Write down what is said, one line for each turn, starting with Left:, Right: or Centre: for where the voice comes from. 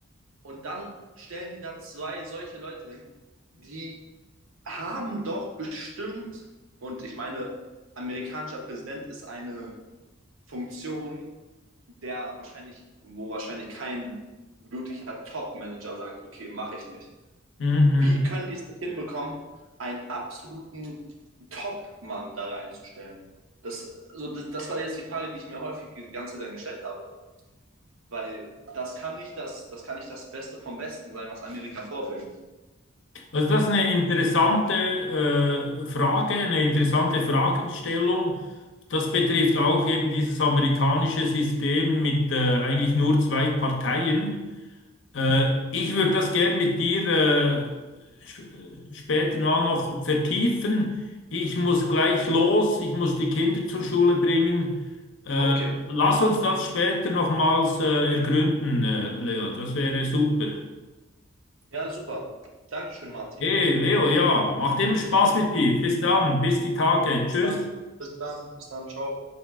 Right: Und dann stellen die da zwei solche Leute hin, die haben doch bestimmt, und ich meine, amerikanischer Präsident ist eine Funktion, der wahrscheinlich, wo wahrscheinlich kein wirklicher Top-Manager sagt, okay, mache ich nicht.
Left: Mhm. mhm.
Right: Wie können die es nicht hinbekommen, einen absoluten Top-Mann da reinzustellen? Das, so, das war jetzt die Frage, die ich mir häufig die ganze Zeit dann gestellt habe. Weil das kann nicht das, das kann nicht das Beste vom Besten sein, was Amerika vorbringt.
Left: Also das ist eine interessante äh, Frage, eine interessante Fragestellung. Das betrifft auch eben dieses amerikanische System mit äh, eigentlich nur zwei Parteien. Äh, ich würde das gern mit dir äh, sp- später mal noch vertiefen. Ich muss gleich los, ich muss die Kinder zur Schule bringen. Äh,
Right: Okay.
Left: lass uns das später nochmals äh, ergründen, äh, Leo. Das wäre super.
Right: Ja, super. Dankeschön, Martin.
Left: Hey, Leo, ja, macht immer Spaß mit dir. Bis dann, bis die Tage.
Right: Bis
Left: Tschüss.
Right: dann. Bis dann. Bis dann. Ciao.